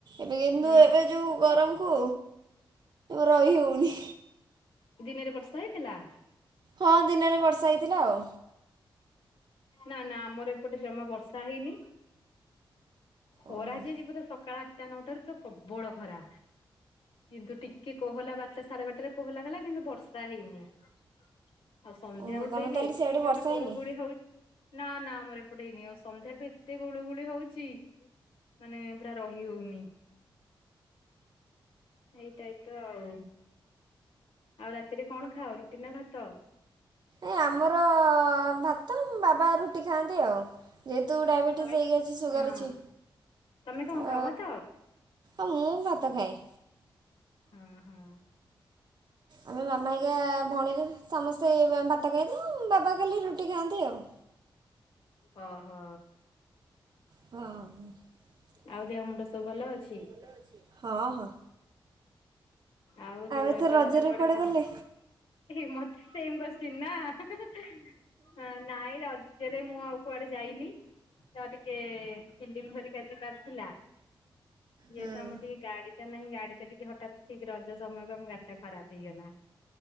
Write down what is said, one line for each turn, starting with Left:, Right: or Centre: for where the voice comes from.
Right: ଏବେ କିନ୍ତୁ
Left: ହୁଁ
Right: ଏବେ ଯୋଉ ଗରମକୁ ରହି ହଉନି।
Left: ଦିନେରେ ବର୍ଷା ହେଇଥିଲା?
Right: ହଁ ଦିନେରେ ବର୍ଷା ହେଇଥିଲା ଆଉ।
Left: ନା ନା ଆମର ଏପଟେ ଜମା ବର୍ଷା ହେଇନି। ଖରା
Right: ଓହୋ
Left: ଯେ ଯିବ ତ ସକାଳ ଆଟା ନଅଟାରୁ ପୁରା ପ୍ରବଳ ଖରା କିନ୍ତୁ ଟି କି କୋହଲା ବାରଟା ସାଡେ ବାରଟାରେ କୋହଲା କଲା କିନ୍ତୁ ବର୍ଷା ହେଇନି। ଆଉ ସନ୍ଧ୍ୟା
Right: ଓହୋ
Left: ବେଳୁଠୁ
Right: ତମେ
Left: ଏଇନେ
Right: ତାହେଲେ
Left: ଏତେ
Right: ସିଆଡ଼େ
Left: ଜୋରେ
Right: ବର୍ଷା
Left: ଗୁଳୁ
Right: ହେଇନି?
Left: ଗୁଳି ହଉ ନା ନା ଆମର ଏପଟେ ହେଇନି ଆଉ ସନ୍ଧ୍ୟାବେଳଠୁ ଏତେ ଗୁଳୁ ଗୁଳି ହଉଚି ମାନେ ପୁରା ରହି ହଉନି। ଏଇ ଟାଇପର ଆଉ। ଆଉ ରାତିରେ କଣ ଖାଅ ରୁଟି ନା ଭାତ?
Right: ଏ ଆମର ଭାତ ବାବା ରୁଟି ଖାଆନ୍ତି ଆଉ। ଯେହେତୁ ଡାଇବେଟିସ୍
Left: ତମେ
Right: ହେଇକି ଅଛି ସୁଗାର
Left: ହଁ
Right: ଅଛି
Left: ତମେ କଣ
Right: ତ
Left: ଖାଅ ଭାତ
Right: ହଁ ମୁଁ ଭାତ ଖାଏ।
Left: ଉଁ ହୁଁ।
Right: ଆମେ ମାମା ହେରିକା ଭଉଣୀରା ସମସ୍ତେ ଭାତ ଖାଇ ଥାେଉ ବାବା କାଲି ରୁଟି ଖାଆନ୍ତି ଆଉ।
Left: ଓହୋ।
Right: ହଁ, <unintelligible>
Left: ଆଉ ଦେହ ମୁଣ୍ଡ ସବୁ ଭଲ ଅଛି?
Right: ହଁ, ହଁ।
Left: ଆଉ ଯୋଉ
Right: ଏଥର
Left: ରଜ
Right: ରଜରେ
Left: ହେଲା କୁଆଡେ
Right: କୁଆଡ଼େ
Left: କଣ?
Right: ଗଲେ?
Left: ଏଇ ମତେ ସେମ୍ <unintelligible> ନା ନାଇଁ ର ଜରେ ମୁଁ ଆଉ କୁଆଡେ ଯାଇନି। ତ ଟିକେ ଫିଲ୍ମ ହରିକା ଯିବାର ଥିଲା। ଯେହେତୁ
Right: ହଁ
Left: ଆମର ଟିକେ ଗାଡି ଟା ନାହିଁ ଗାଡି ଟା ଟିକେ ହଠାତ୍ ଠିକ ରଜ ସମୟକୁ ଆମ ଗାଡିଟା ଖରାପ ହେଇଗଲା